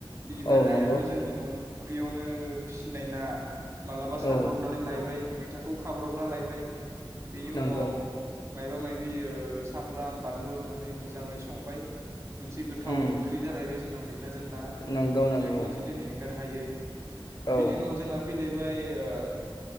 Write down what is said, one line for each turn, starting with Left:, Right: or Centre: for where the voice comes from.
Right: बिनिफ्राय
Left: औ
Right: नायाबो
Left: नंगौ
Right: जोंनि न'नि फुख्रियावनो फिसिनाय ना मालाबा सारब्रबनानै
Left: औ
Right: लायबाय मैथा खौ खाब्रबना लायबाय बेनि
Left: नंगौ
Right: उनाव मायबा माबि ओ सामब्राम बानलु होनानै मोजाङै संबाय मोनसे गोथाव
Left: उम
Right: ओंख्रि जालायबाय जोंना मैथाजों ना
Left: नंगौ नंगौ
Right: बेबो मोनसे जोंनि एंगार हायै बेनि
Left: औ
Right: उनाव जोंना फैलायबाय ओ